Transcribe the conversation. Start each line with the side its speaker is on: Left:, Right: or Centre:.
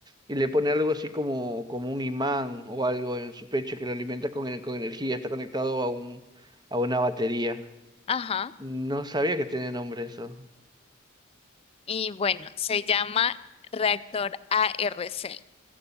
Right: Y le pone algo así como, como un imán o algo en su pecho que lo alimenta con, ener- con energía. Está conectado a un, a una batería.
Left: Ajá.
Right: No sabía que tiene nombre eso.
Left: Y bueno, se llama reactor A R C